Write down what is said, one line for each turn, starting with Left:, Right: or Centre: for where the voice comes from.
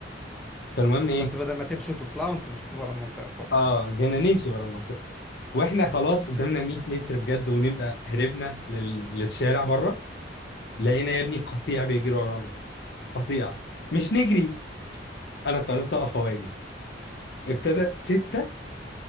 Left: فالمهم ايه
Centre: فانتوا بدل ما تمشوا وتطلعوا انتوا مشيتوا بره المنطقه خالص
Left: اه جينا نمشي ورا المنطقه واحنا خلاص قدامنا 100 متر بجد ونبقى هربنا لل... للشارع بره لقينا يا ابني قطيع بيجري ورانا قطيع مش نجري انا قررت اقف اواجه ابتدى سته